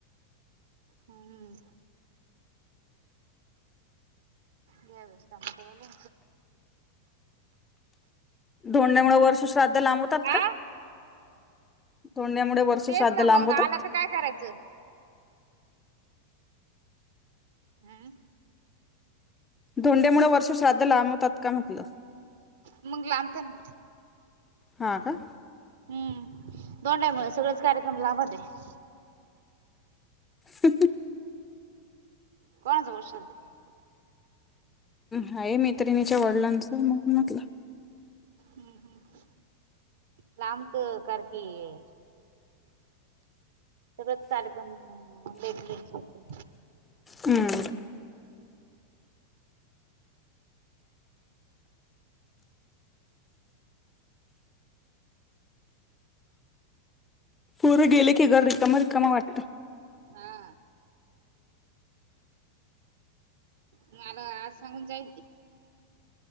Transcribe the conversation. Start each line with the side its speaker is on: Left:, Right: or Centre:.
Right: हम्म या वेळेस सांगतो म्हणे
Left: धोंडण्यामुळे वर्षश्राद्ध लांबवतात का?
Right: आ
Left: धोंड्यामुळे वर्ष
Right: तेच
Left: श्राद्ध
Right: ना
Left: लांबवतात
Right: मग आला तर काय करायचं हम्
Left: धोंडे्यामुळे वर्ष श्राद्ध लांबवतात का म्हटलं
Right: मग लांबत ना
Left: हां का
Right: हम्म दोंड आहे मुळे सगळंच कार्यक्रम लाभतं आहे
Left: हम् हं
Right: कोणाचं वर्ष श्राध्द आहे
Left: हाय मैत्रिणीच्या वडिलांचं म्हणून म्हटलं
Right: हम्म हम्म लांबक करतेय सगळेच कार्यक्रम भेटले होते
Left: हमं पोरं गेले की घर रिकाम रिकाम वाटतं
Right: हा म मला आज सांगून जाईल ते